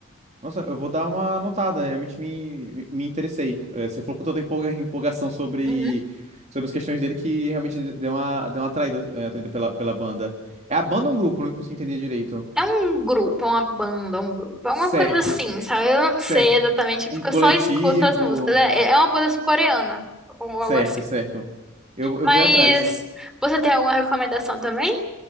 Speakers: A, on the right; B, in the centre.
A: nossa, eu vou dar uma anotada, realmente me, me me interessei. Eh, Você falou com tanta empolga- <laughs> empolgação sobre,
B: Uhum.
A: sobre as questões dele que realmente deu uma, deu uma atraída, eh, atraída pela, pela banda. É a banda ou um grupo? Eu Não consegui entender direito.
B: É um grupo, é uma banda, é um grupo, é
A: Certo,
B: uma coisa assim, sabe? Eu não
A: certo.
B: sei exatamente, porque
A: Um coletivo.
B: eu só escuto as músicas. É, é uma banda sul-coreana, ou
A: Certo,
B: algo assim.
A: certo. Eu, eu
B: Mas
A: vou ir atrás.
B: você tem alguma recomendação também?